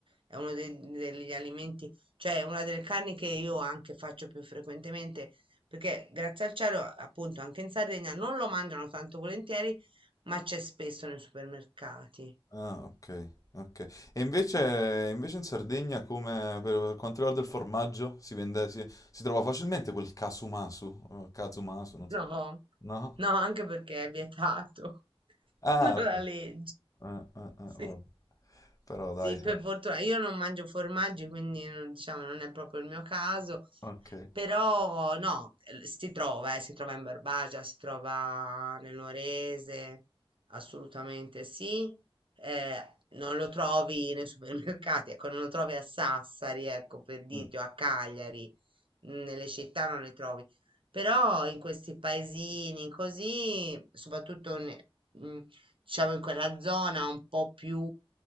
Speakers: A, on the right; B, on the left.
A: È uno dei- degli alimenti, cioè una delle carni che io anche faccio più frequentemente, perché grazie al cielo, appunto, anche in Sardegna non lo mangiano tanto volentieri, ma c'è spesso nei supermercati.
B: Ah, ok, ok. E invece, invece in Sardegna, come per, per quanto riguarda il formaggio, si vende, si, si trova facilmente quel casumasu, eh, casumasu, non so.
A: No,
B: No?
A: no, anche perché è vietato <laughs>
B: Ah,
A: dalla
B: pu-
A: legge.
B: ah, ah, ah,
A: Sì.
B: vabbè. Però dai,
A: Sì,
B: sì.
A: per fortuna io non mangio formaggi, quindi non, diciamo non è proprio il mio caso,
B: Ok.
A: però no, eh, si trova, eh, si trova in Barbagia, si trova nel Nuorese, assolutamente sì. Eh, non lo trovi nei supermercati, ecco, non lo trovi a Sassari, ecco, per dirti,
B: Mm,
A: o a Cagliari, mh, nelle città non le trovi, però in questi paesini così, soprattutto ne- mh, diciamo in quella zona un po' più